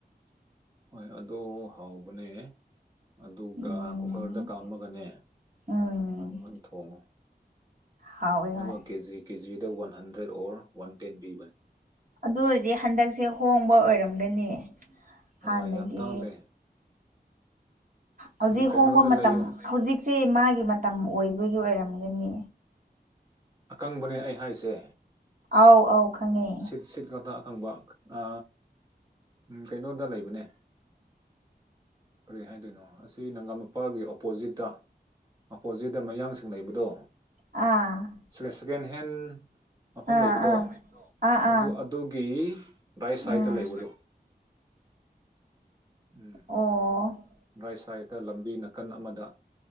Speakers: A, on the right; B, on the right.
A: ꯍꯣꯏ ꯑꯗꯣ ꯍꯥꯎꯕꯅꯦ ꯑꯗꯨꯒ
B: ꯎꯝ
A: ꯀꯨꯀꯔꯗ ꯀꯥꯝꯃꯒꯅꯦ
B: ꯎꯝ
A: ꯑꯗꯨꯃꯥꯢ ꯊꯣꯡꯉꯣ
B: ꯍꯥꯎꯋꯦ
A: ꯑꯗꯨꯒ
B: ꯍꯣꯏ
A: ꯀꯦ ꯖꯤ ꯀꯦ ꯖꯤꯗ one hundred or one ten ꯄꯤꯕꯅꯦ
B: ꯑꯗꯨ ꯑꯣꯏꯔꯗꯤ ꯍꯟꯗꯛꯁꯦ ꯍꯣꯡꯕ ꯑꯣꯏꯔꯝꯒꯅꯤ
A: ꯃꯃꯜ
B: ꯍꯥꯟꯅꯗꯤ
A: ꯌꯥꯝ ꯇꯥꯡꯗꯦ
B: ꯍꯧꯖꯤꯛ
A: ꯎꯝ ꯀꯩꯅꯣꯗ
B: ꯍꯣꯡꯕ ꯃꯇꯝ
A: ꯂꯩꯌꯣ
B: ꯍꯧꯖꯤꯛꯁꯦ ꯃꯥꯒꯤ ꯃꯇꯝ ꯑꯣꯏꯕꯒꯤ ꯑꯣꯏꯔꯝꯒꯅꯤ
A: ꯑꯀꯪꯕꯅꯦ ꯑꯩ ꯍꯥꯏꯁꯦ
B: ꯑꯥꯎ ꯑꯧ ꯈꯪꯉꯦ
A: ꯁꯤꯠ ꯈꯛꯇ ꯑꯈꯪꯕ ꯑ ꯎꯝ ꯀꯩꯅꯣꯗ ꯂꯩꯕꯅꯦ ꯀꯔꯤ ꯍꯥꯏꯗꯣꯏꯅꯣ ꯑꯁꯤ ꯅꯒꯥꯝꯃꯄꯥꯜꯒꯤ ꯑꯣꯄꯣꯖꯤꯠꯇ ꯑꯄꯣꯖꯤꯠꯇ ꯃꯌꯥꯡꯁꯤꯡ ꯂꯩꯕꯗꯣ
B: ꯑꯥ
A: <unintelligible> ꯁꯦꯀꯦꯟ ꯍꯦꯟ ꯃꯐꯝ
B: ꯑꯥ
A: ꯂꯩꯕꯗꯣ
B: ꯑꯥ ꯑꯥ ꯑꯥ
A: ꯑꯗꯨ ꯑꯗꯨꯒꯤ ꯔꯥꯏꯠ ꯁꯥꯏꯠꯇ
B: ꯎꯝ
A: ꯂꯩꯕꯗꯣ ꯎꯝ
B: ꯑꯣ
A: ꯔꯥꯏꯠ ꯁꯥꯏꯠꯇ ꯂꯝꯕꯤ ꯅꯥꯀꯟ ꯑꯃꯗ